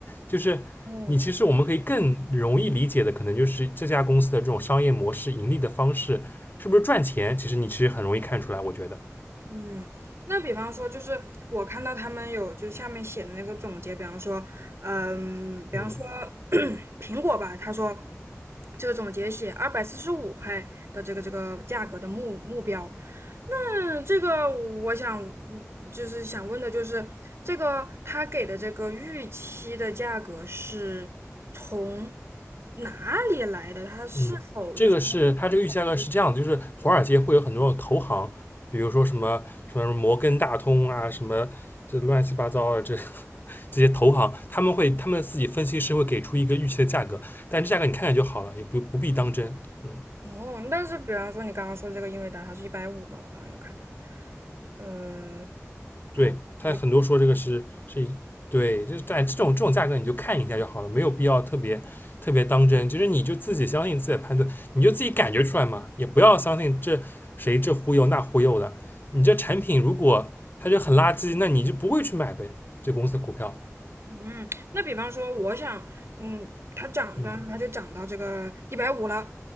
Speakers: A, on the left (about 40°); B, on the right (about 55°).
A: 就是你其实我们可以更容易理解的，
B: 哦，
A: 可能就是这家公司的这种商业模式、盈利的方式是不是赚钱，其实你其实很容易看出来，我觉得，
B: 嗯，那比方说，就是我看到他们有就是下面写的那个总结，比方说，嗯，比方说
A: 嗯。
B: <clears throat> 苹果吧，他说这个总结写二百四十五块的这个这个价格的目目标。嗯，这个我想嗯就是想问的就是这个他给的这个预期的价格是从哪里来的？他是否就是？
A: 嗯，这个是它这个预期价格是这样的，就是华尔街会有很多种投行，比如说什么什么摩根大通啊，什么这乱七八糟的这 <laughs> 这些投行，他们会他们自己分析师会给出一个预期的价格，但这价格你看看就好了，也不不必当真。嗯。
B: 哦，但是比方说你刚刚说的这个英伟达，它是一百五嘛？我刚刚有看到，呃，好像是一，
A: 对，他很多说这个是是以对，就是在这种这种价格你就看一下就好了，没有必要特别特别当真。就是你就自己相信自己的判断，你就自己感觉出来嘛，也不要相信这谁这忽悠那忽悠的。你这产品如果它就很垃圾，那你就不会去买呗，这公司的股票。
B: 嗯，那比方说我想，嗯，它涨，比方说它就涨到这个一百五了，
A: 嗯